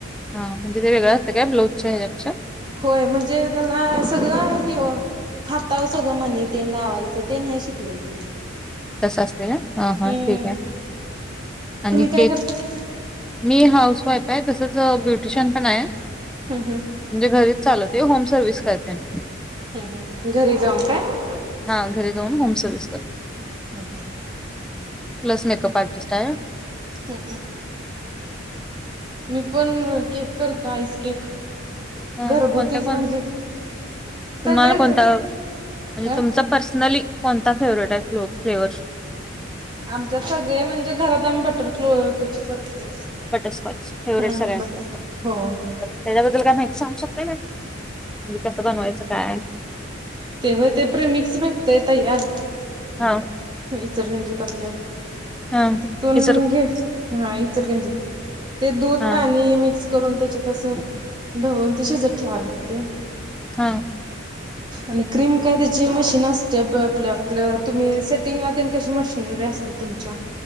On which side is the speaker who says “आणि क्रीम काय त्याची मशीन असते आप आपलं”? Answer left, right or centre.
Right